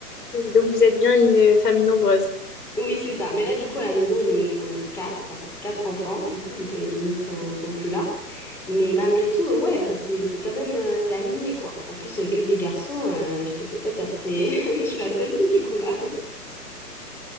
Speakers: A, on the left; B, in the centre.
A: Donc, vous êtes bien une euh, famille nombreuse.
B: Oui, c'est ça. Mais là, du coup, à la maison, on est, on est quatre, quatre enfants, du coup, vu que les deux autres sont, sont plus là. Mais malgré tout, euh, ouais, euh, c'est, c'est quand même, euh, c'est animé, quoi. En plus, euh, que des garçons, euh, je te fais pas dire, c'est, <laughs> je suis la seule fille, du coup, là.